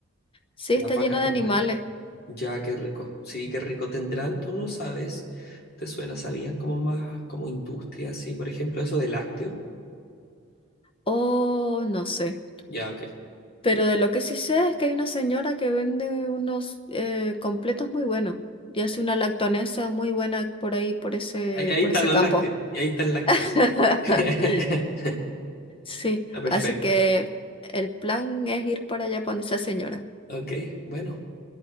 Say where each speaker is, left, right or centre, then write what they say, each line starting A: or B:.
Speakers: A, on the left; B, on the left.
A: Sí,
B: Las
A: está
B: vacas
A: lleno
B: están
A: de animales.
B: buenas. Ya, qué rico. Sí, qué rico tendrán, tú no sabes, te suena, sabían como más como industria, sí, por ejemplo, eso de lácteo.
A: Oh, no sé.
B: Ya, ok.
A: Pero de lo que sí sé es que hay una señora que vende unos eh, completos muy buenos y hace una lactonesa muy buena por ahí, por ese,
B: Ahí, ahí
A: por
B: están
A: ese
B: los
A: campo.
B: lácteos, y ahí está el lácteo,
A: <laughs>
B: decís tú. <laughs>
A: Sí,
B: Está perfecto.
A: así que el plan es ir para allá para donde esa señora.
B: Ok, bueno,